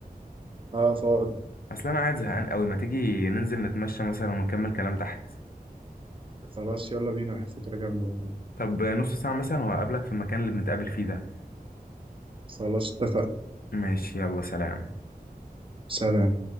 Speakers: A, on the right; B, on the left.
A: <laughs> اه فاضي
B: اصل انا قاعد زهقان قوي ما تيجي ننزل نتمشى مثلا ونكمل كلام تحت
A: خلاص يلا بينا فكرة جامدة والله
B: طب نص ساعه مثلا وهقابلك في المكان اللي بنتقابل فيه ده
A: خلاص اتفقنا
B: ماشي يلا سلام
A: سلام